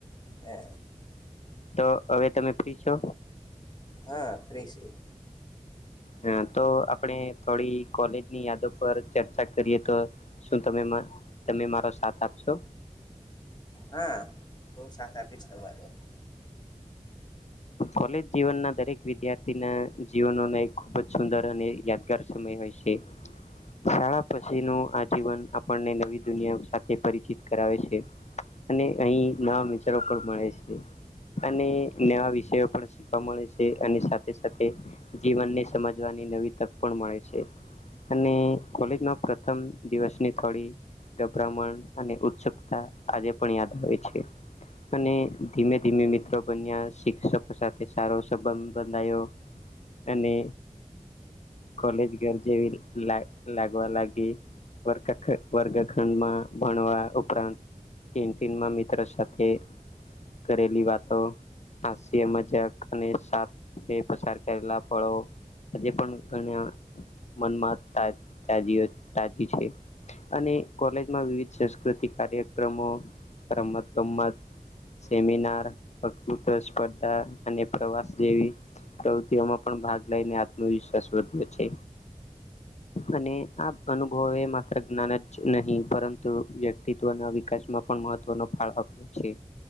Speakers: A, on the left; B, on the left.
A: હે
B: તો હવે, તમે ફ્રી છો?
A: હા, રહેશું.
B: હા, તો આપણે થોડી કોલેજની યાદો પર ચર્ચા કરીએ, તો શું તમે મા મા તમે મારો સાથ આપશો?
A: હા, હું સાથ આપીશ તમારો
B: કોલેજ જીવનના, દરેક વિદ્યાર્થીના જીવનોનો એક ખૂબ જ સુંદર અને યાદગાર સમય હોય છે. શાળા પછીનું આ જીવન આપણને નવી દુનિયા, સાથે પરિચિત કરાવે છે. અને અહી નવા મિત્રો પણ મળે છે, અને નવા વિષ તેવું પણ શીખવા મળે છે, અને સાથે સાથે જીવનને સમજવાની નવી તક પણ મળે છે. અને કોલેજમાં, પ્રથમ દિવસની થોડી. ગભરામણ અને ઉત્સુકતા, આજે પણ યાદ આવે છે. અને ધીમે, ધીમે મિત્રો બન્યા, શિક્ષક સાથે, સારો સંબધ બઁધાયો અને કોલેજ ઘર જેવી, લ લાગવા લાગી. વર્ગા વર્ગાખંડમા, ભણવા ઉપરાંત કેન્ટીન મા મિત્ર, સાથે કરેલી વાતો હ જે મજાક, અને પસાર કરેલા ફળો આજ પણ, ઘણો મનમા તા તાજી છે, અને કોલેજમાં વિવિધ, સાસ્કૃતિક કાર્યક્રમો રમત ગમમત સેમિનાર વૃત્વ સ્પર્ધા <unintelligible> અને પ્રવાસ જેવી પ્રવૃતિઓમાં, પણ ભાગ લઈને આત્મવિશ્વાસ વધ્યો છે. અને આ અનુભવ એ માત્ર જ્ઞાન જ નહીં, પરંતુ વ્ય અસ્તિત્વના, વિકાસમાં પણ મહત્વ નો ફાળો આપ્યો છૅ